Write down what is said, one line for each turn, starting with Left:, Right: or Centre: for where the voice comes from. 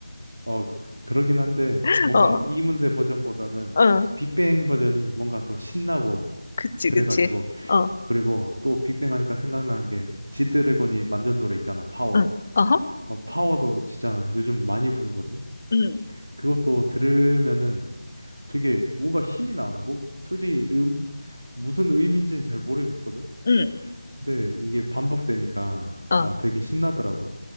Right: 어, 그- 그러긴 한데,
Left: <laughs>
Right: 뭔가
Left: 어,
Right: 이문세 버전보다는
Left: 응.
Right: 빅뱅 버전이 뭔가 더 신나고,
Left: 그치,
Right: 그래가지고,
Left: 그치. 어,
Right: 그리고 또 빅뱅 하니까 생각나는 게, 지드래곤이 만든 노래 있잖아, 파워.
Left: 응. 어허?
Right: 어, 파워도 진짜 요즘 많이 부르거든.
Left: 응,
Right: 그것도 들으면은 되게 뭔가 힘이 나. 뭐 솔직히 음 무슨 의미인지는 잘 모르겠거든.
Left: 응.
Right: 근데 이게 반복되니까
Left: 어.
Right: 나 되게 신나더라고.